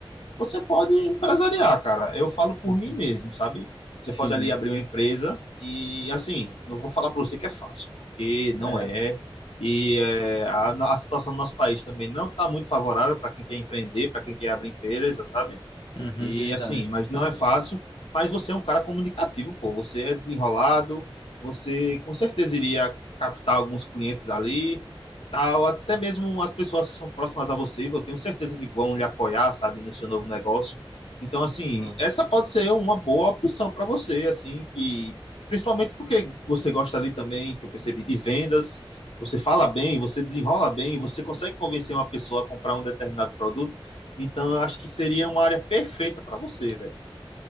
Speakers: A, on the left (about 85°); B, on the left (about 55°).
A: você pode empresariar, cara. Eu falo por
B: Uhum.
A: mim mesmo, sabe? Você
B: Sim.
A: pode ali abrir uma empresa e, assim, não vou falar para você que é fácil, porque não
B: É.
A: é. E é, a, a situação do nosso país também não está muito favorável para quem quer empreender, para quem quer abrir empresa, sabe?
B: Uhum,
A: E
B: verdade.
A: assim, mas não é fácil. Mas você é um cara comunicativo, pô. Você é desenrolado, você com certeza iria captar alguns clientes ali, tal. Até mesmo as pessoas que são próximas a você, eu tenho certeza que vão lhe apoiar, sabe, no seu novo negócio. Então, assim,
B: Não.
A: essa pode ser uma boa opção para você, assim, que principalmente porque você gosta ali também, que eu percebi, de vendas. Você fala bem, você desenrola bem, você consegue convencer uma pessoa a comprar um determinado produto. Então eu acho que seria uma área perfeita para você, velho.